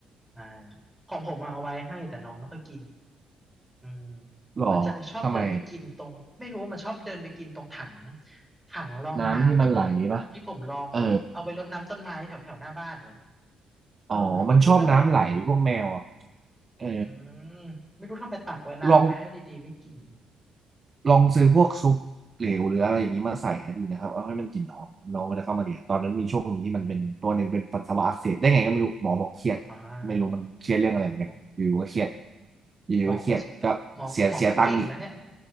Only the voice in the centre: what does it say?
อ่าของผมอะเอาไว้ให้แต่น้องไม่ค่อยกินอืม
มันจะชอบเดินไปกินตรงไม่รู้ว่ามันชอบเดินไปกินตรงถัง
ถังรองน้ำที่ผมที่ผมลองไว้เอาไว้รดน้ำต้นไม้แถวแถวหน้าบ้านเนี่ย
เออไม่รู้ทำไม
อืมไม่รู้ทำไมตักไว้น้ำไว้ให้ดีๆไม่กิน
อ่าโอ้โหเครียด
หมอก็หมอหมอก็เก่งนะเนี่ย